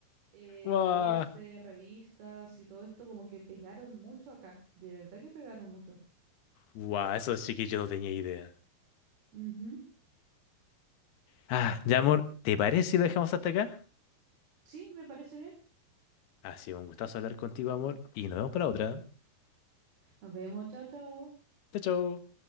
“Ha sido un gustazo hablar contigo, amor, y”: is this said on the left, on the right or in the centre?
Left